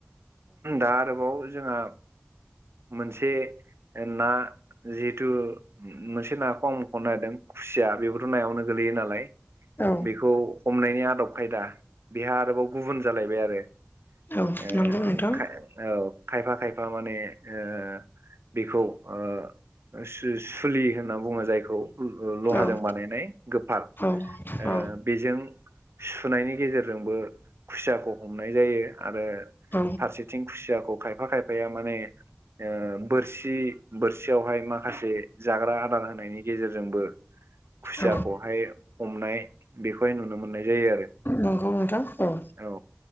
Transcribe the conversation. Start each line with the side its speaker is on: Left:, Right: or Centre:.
Right: दा आरोबाव जोंहा मोनसे ना जिहेथु मोनसे नाखौ आं मख'नो नागिरदों खुसिया बेबोथ' नायावनो गोलैयो नालाय।
Left: औ
Right: बेखौ हमनायनि आदब खायदा बेहा आरोबाव गुबुन जालायबाय आरो
Left: औ
Right: ए
Left: नंगौ नोंथां
Right: औ खायफा खायफा माने ओ बेखौ ओ ओ सु सुलि होनना बुङो जायखौ लहाजों
Left: औ
Right: बानायनाय गोफार
Left: औ।
Right: ओ
Left: औ
Right: बेजों सुनायनि गेजेरजोंबो खुसियाखौ हमनाय जायो आरो
Left: औ
Right: फारसेथिं खुसियाखौ खायफा खायफाया माने ओ बोरसि बोरसियावहाय माखासे जाग्रा आदार होनायनि गेजेरजोंबो खुसियाखौहाय
Left: औ
Right: हमनाय बेखौहाय नुनो मोननाय जायो आरो।
Left: नंगौ नोंथां औ
Right: औ